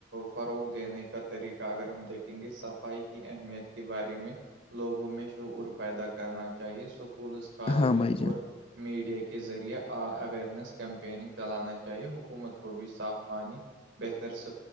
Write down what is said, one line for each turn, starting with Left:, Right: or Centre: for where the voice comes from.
Right: فروغ دینے کا طریقہ اگر ہم دیکھیں گے صفائی اہمیت کے بارے میں لوگوں میں شعور پیدا کرنا چاہیے سک اسکولز کالجز
Left: ہاں بھائی جان
Right: اور میڈیا کے ذریعے اورنیس کیمپیننگ چلانا چاہیے حکومت کو بھی صاف پانی بہتر س